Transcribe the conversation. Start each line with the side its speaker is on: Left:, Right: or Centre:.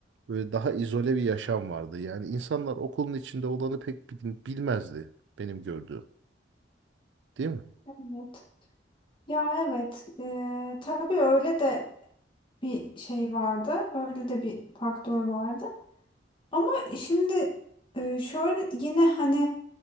Right: Böyle daha izole bir yaşam vardı. Yani insanlar okulun içinde olanı pek bil- bilmezdi benim gördüğüm. Değil mi?
Left: Evet. Ya evet. Eee tabii öyle de bir şey vardı. Öyle de bir faktör vardı. Ama şimdi eee, şöyle yine hani